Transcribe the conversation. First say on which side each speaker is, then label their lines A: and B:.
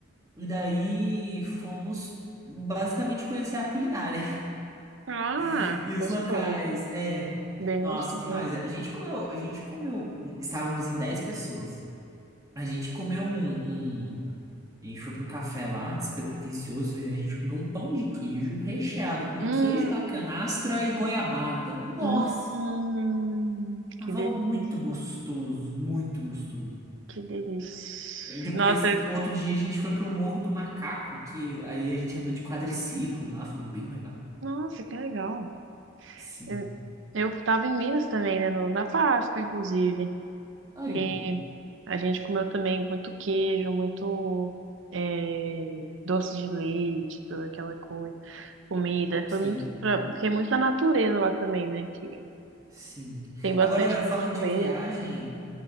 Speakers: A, on the right (about 15°); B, on the right (about 65°).
A: e daí fomos basicamente conhecer a culinária
B: Ah,
A: <laughs> e os
B: gostoso.
A: locais. É,
B: Bem
A: nossa,
B: gostoso.
A: demais. A gente comeu, a gente comeu, estávamos em 10 pessoas. A gente comeu um, um- A gente foi pra um café lá, despretensioso, e a gente comeu um pão de queijo recheado com
B: Hum,
A: queijo da canastra e goiabada. Nossa,
B: hum,
A: tava
B: que delícia.
A: muito gostoso, muito gostoso.
B: Que delícia.
A: E depois,
B: Nossa, eu-
A: outro dia, a gente foi pro Morro do Macaco, que aí a gente andou de quadriciclo lá, foi bem legal.
B: nossa, que legal.
A: Sim.
B: Eu, eu tava em Minas também, né? no- na Páscoa, inclusive.
A: Aí,
B: E a gente comeu também muito queijo, muito eh, doce de leite, toda aquela coisa. Comida.
A: sim,
B: Foi muito. pra- Fiquei muito na natureza lá também, né? Que
A: sim.
B: tem bastante
A: Agora, falando
B: cachoeira.
A: de viagem.